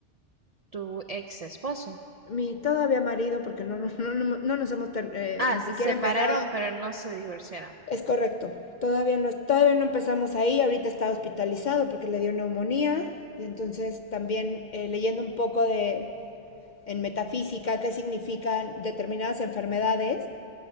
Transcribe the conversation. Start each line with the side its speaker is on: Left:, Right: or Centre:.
Right: Tu ex esposo.
Left: Mi todavía marido, porque no, no, no, no, no nos hemos ter- eh,
Right: Ah,
Left: ni
Right: se
Left: siquiera
Right: separaron,
Left: empezado.
Right: pero no se divorciaron.
Left: Es correcto. Todavía no, es- todavía no empezamos ahí. Ahorita está hospitalizado porque le dio neumonía. Y entonces también eh, leyendo un poco de en metafísica qué significan determinadas enfermedades.